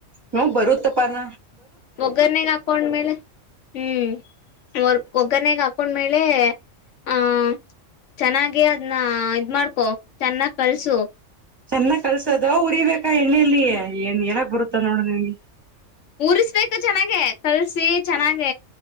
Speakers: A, on the right; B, on the left.
A: ಹು ಬರುತ್ತಪ್ಪ ನ
B: ಒಗ್ಗರ್ನೆಗ್ ಹಾಕೊಂಡ್ಮೇಲೆ ಹ್ಮ್ ಒರ್ ಒಗ್ಗರಣನೆೇಗ್ ಹಾಕ ಹಕೊಂಡ್ಮೇಲೆ ಆ ಚೆನಾಗಿ ಅದ್ನ ಇದ್ ಮಾಡ್ಕೊ ಚೆನ್ನಾಗ್ ಕಲ್ಸು
A: ಚೆನ್ನಾಗ್ ಕಲ್ಸದ ಉರಿಬೇಕ ಅಕ್ಕ ಎಣ್ಣೆಯಲ್ಲಿ ಏನ್ ಎಳಕ್ ಬರುತ್ತಾ ನೋಡ ನಿನ್ಗೆ
B: ಊರಿಸ್ಬೇಕ ಚೆನ್ನಾಗಿ ಹಾಗೆ ಕಲ್ಸಿ ಚೆನ್ನಾಗ